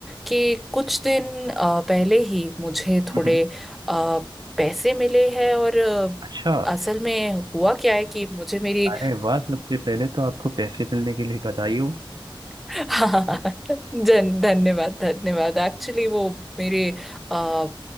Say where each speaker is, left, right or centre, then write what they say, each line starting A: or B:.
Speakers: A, in the centre; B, on the right.
A: कि कुछ दिन अ, पहले ही मुझे
B: हम्म,
A: थोड़े अ, पैसे मिले हैं और अ,
B: अच्छा
A: असल में हुआ क्या है कि मुझे मेरी
B: अरे वाह सबसे पहले तो आपको पैसे मिलने के लिए बधाई हो
A: <laughs> हाँ जन धन्यवाद धन्यवाद एक्चुअली वो मेरे आ,